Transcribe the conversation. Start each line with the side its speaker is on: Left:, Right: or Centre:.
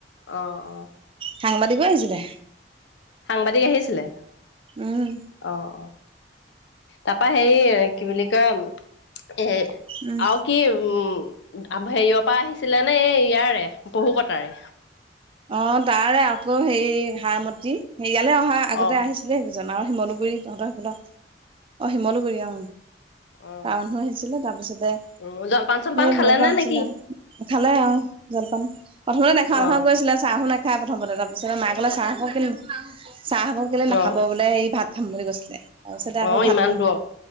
Left: অ', অ'।
Right: সাংবাদিকো আহিছিলে।
Left: সাংবাদিক আহিছিলে
Right: উম
Left: অ অ তাৰপা হে কি বুলি কয় এ
Right: উম
Left: আৰু কি উম হেৰিয়ৰ পৰা আহিছিলে নে এই ইয়াৰে পহু কটাৰে।
Right: অ তাৰে আকৌ হে সাৰমতি হেৰিয়ালে অহা আগতে
Left: অ
Right: আহিছিলে। জান আৰু শিমলুগুৰি তহঁতৰ সেইফাল অ শিমলুগুৰি অ,
Left: অ
Right: টাউন হৈ আহিছিলে তাৰপিছতে,
Left: উ জলপান চলপান
Right: সেই
Left: খালে
Right: তেনেকুৱা
Left: নে
Right: হৈছিলে
Left: নেকি
Right: আৰু খালে আৰু জলপান প্ৰথমতে নেখা
Left: অ
Right: নেখাও কৈআছিলে। নাখায় প্ৰথমতে তাৰপিছতে মাক কলে চাহ অকন কে চাহ অকন কেলে নাখাব
Left: অ
Right: বোলে সেই ভাত, খাম বুলি কৈছিলে তাৰপিছতে আকৌ
Left: অ
Right: ভাত,
Left: ইমান দূৰ